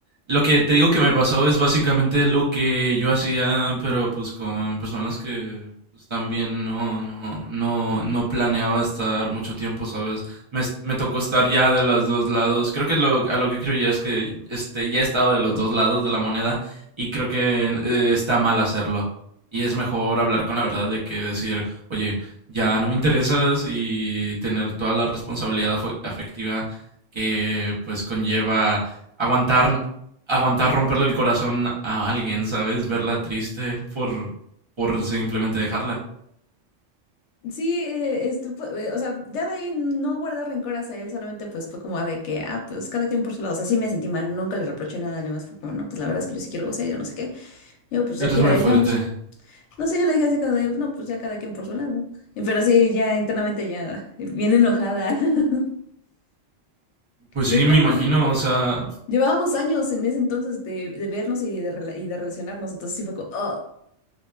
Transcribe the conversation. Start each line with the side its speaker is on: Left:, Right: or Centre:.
Right: lo que te digo que me pasó es básicamente lo que yo hacía, pero pues con personas que pues, también no, no, no, no planeaba estar mucho tiempo, ¿sabes? Me, es- me tocó estar ya de los dos lados. Creo que lo, a lo que quiero llegar es que este, ya he estado de los dos lados de la moneda y creo que eh, está mal hacerlo. Y es mejor hablar con la verdad de que decir, oye, ya no me interesas y tener toda la responsabilidad afo- afectiva que pues conlleva aguantar, aguantar romperle el corazón a alguien, ¿sabes? Verla triste por, por simplemente dejarla.
Left: Sí, eh, este, fue- eh, o sea, ya de ahí no guardar rencor hacia él, solamente pues fue como de que, ah, pues cada quien por su lado. O sea, sí me sentí mal, nunca le reproché nada, nada más fue como, no, pues la verdad es que yo sí quiero algo serio, no sé qué. Yo, pues
Right: Eres
Left: aquí
Right: muy
Left: la dejamos.
Right: fuerte.
Left: No sé, yo la dejé así como de, no, pues ya cada quien por su lado. Y- Pero sí, ya internamente ya, eh, bien enojada. <laughs>
Right: Pues
Left: Yo
Right: sí,
Left: como,
Right: me imagino,
Left: co-
Right: o sea,
Left: llevábamos años en ese entonces de, de vernos y de, rela- y de relacionarnos, entonces sí fue como, "Oh".